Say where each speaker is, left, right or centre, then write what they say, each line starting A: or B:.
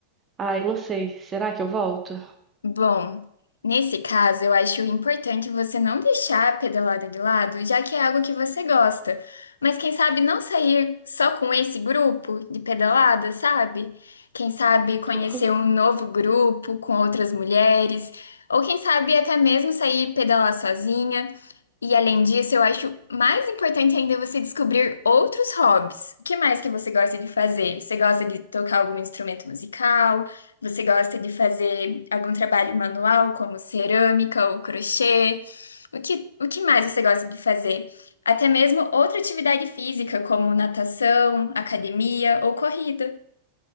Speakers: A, on the right (about 20°); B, on the left (about 70°).
A: ai, não sei, será que eu volto?
B: Bom, nesse caso, eu acho importante você não deixar a pedalada de lado, já que é algo que você gosta. Mas quem sabe não sair só com esse grupo de pedalada, sabe? Quem sabe conhecer
A: <laughs>
B: um novo grupo com outras mulheres, ou quem sabe até mesmo sair pedalar sozinha. E além disso, eu acho mais importante ainda você descobrir outros hobbies. O que mais que você gosta de fazer? Você gosta de tocar algum instrumento musical? Você gosta de fazer algum trabalho manual, como cerâmica ou crochê? O que, o que mais você gosta de fazer? Até mesmo outra atividade física, como natação, academia ou corrida.